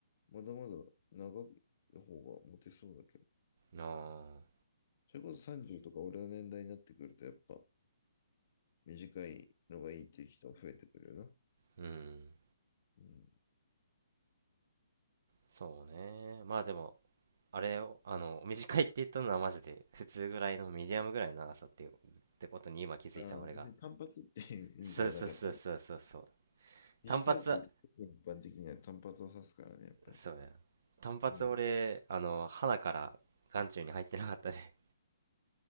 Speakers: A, on the left; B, on the right.
A: まだまだ長い方がモテそうだけど。
B: ああ、
A: それこそ30とか俺の年代になってくると、やっぱ短いのがいいっていう人が増えてくるよな。
B: うん。
A: うん。
B: そうね。まあでも、あれを、あの、短いって言ったのはマジで普通ぐらいのミディアムぐらいの長さっていう、ってことに今気づいた俺が。
A: ああ、別に単発っていう意味じゃなかった。
B: そうそうそうそうそうそう。
A: 短いって言うと、
B: 単発は、
A: 世間一般的には単発を指すからね、やっぱり。
B: そうや。単発俺、
A: うん。
B: あの、鼻から眼中に入ってなかったね。